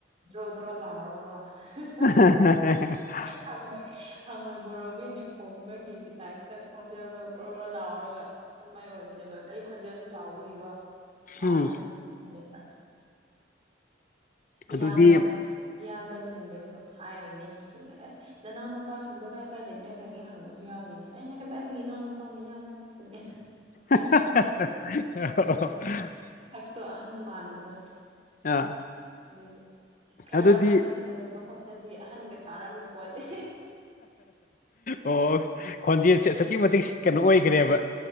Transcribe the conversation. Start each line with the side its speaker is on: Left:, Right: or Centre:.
Right: ꯗ꯭ꯔꫭ ꯗ꯭ꯔꫭ ꯂꯥꯎꯔꯒꯀꫭ
Left: <inaudible>
Right: ꯍꯪꯉꯣꯏ ꯍꯪꯉꯣꯏ ꯕꯣꯔꯣꯕꯤꯅ ꯈꯣꯡꯕꯒꯤ ꯒꯤ ꯇꯥꯏꯞꯇ ꯈꯣꯡꯖꯦꯜꯗꯣ ꯒ꯭ꯔꯣ ꯒ꯭ꯔꯣ ꯂꯥꯎꯔꯒ ꯑꯗꯨꯃꯥꯏ ꯑꯣꯏꯕꯅꯦꯕ ꯑꯩ ꯈꯣꯟꯖꯦꯜꯁꯨ ꯆꯥꯎꯕꯒꯤꯀꯣ ꯑꯍꯥꯟꯅ
Left: ꯎꯝ
Right: ꯑꯗꯨꯝ ꯊꯝꯕꯅꯦ ꯈꯔ ꯏꯌꯥꯝꯕ
Left: ꯑꯗꯨꯗꯤ
Right: ꯏꯌꯥꯝꯕꯁꯤꯡꯗꯁꯨ ꯍꯥꯏꯔꯤꯅꯤ ꯃꯤꯁꯤꯡꯅ ꯑꯦ ꯅꯅꯥꯎ ꯅꯨꯄꯥꯁꯤꯡꯗꯣ ꯀꯥꯏ ꯀꯥꯏ ꯂꯩꯅꯈ꯭ꯔꯥꯒꯦ ꯍꯪꯕꯁꯨ ꯌꯥꯎꯔꯤꯅꯦ ꯑꯩꯅ ꯀꯗꯥꯏꯗꯒꯤ ꯏꯅꯥꯎ ꯅꯨꯄꯥꯅꫭ ꯏꯌꯥꯝꯕ ꯉꯥꯛꯇꯅꯦ
Left: ꯑꯣ
Right: ꯁꯛꯇꯣ ꯑꯍꯥꯟ ꯃꯥꯟꯕꯗꯣ
Left: ꯑꯥ
Right: ꯑꯗꯨꯒꯤ ꯑꯁ ꯈꯔ
Left: ꯑꯗꯨꯗꯤ
Right: ꯑꯃ ꯈꯪ ꯀ ꯃꯐꯝꯗꯗꯤ ꯑꯍꯥꯟꯒ ꯁꯔꯝꯃꯤ ꯄꯣꯠꯅꯤ
Left: ꯑꯣ ꯈꯣꯟꯖꯦꯜꯁꯦ ꯑꯁꯨꯛꯀꯤ ꯃꯇꯤꯛ ꯀꯩꯅꯣ ꯑꯣꯏꯈꯔꯦꯕ